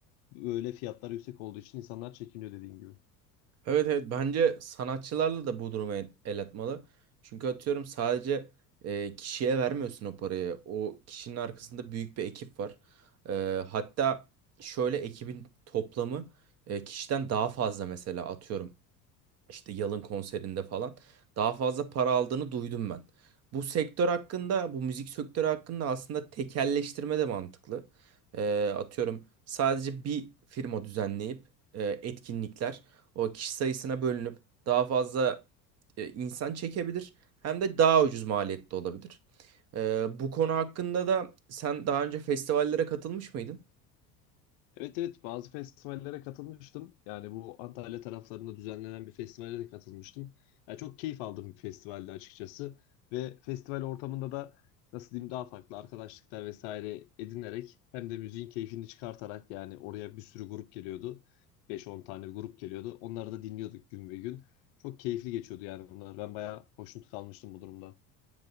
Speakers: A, on the left; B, on the right.
A: böyle fiyatlar yüksek olduğu için insanlar çekiniyor dediğin gibi.
B: Evet evet bence sanatçılarla da bu duruma el el atmalı. Çünkü atıyorum sadece e, kişiye vermiyorsun o parayı. O kişinin arkasında büyük bir ekip var. Ee, hatta şöyle ekibin toplamı e, kişiden daha fazla mesela atıyorum. işte Yalın konserinde falan daha fazla para aldığını duydum ben. Bu sektör hakkında, bu müzik sektörü hakkında aslında tekelleştirme de mantıklı. Ee, atıyorum sadece bir firma düzenleyip e, etkinlikler o kişi sayısına bölünüp daha fazla e, insan çekebilir. Hem de daha ucuz maliyette olabilir. Ee, bu konu hakkında da sen daha önce festivallere katılmış mıydın?
A: Evet evet bazı festivallere katılmıştım. Yani bu Antalya taraflarında düzenlenen bir festivale de katılmıştım. Yani çok keyif aldığım bir festivaldi açıkçası. Ve festival ortamında da nasıl diyeyim daha farklı arkadaşlıklar vesaire edinerek hem de müziğin keyfini çıkartarak yani oraya bir sürü grup geliyordu. beş on tane bir grup geliyordu. Onları da dinliyorduk gün ve gün. Çok keyifli geçiyordu yani bunlar. Ben bayağı hoşnut kalmıştım bu durumda.